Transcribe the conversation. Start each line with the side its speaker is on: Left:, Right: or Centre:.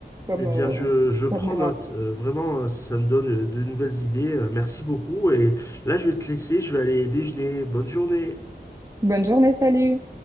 Right: comme,
Left: Eh bien,
Right: euh,
Left: je, je prends
Right: comme gras.
Left: note. Euh, vraiment, euh, ça me donne euh, de nouvelles idées. Euh, merci beaucoup. Et là, je vais te laisser. Je vais aller déjeuner. Bonne journée.
Right: Bonne journée, salut!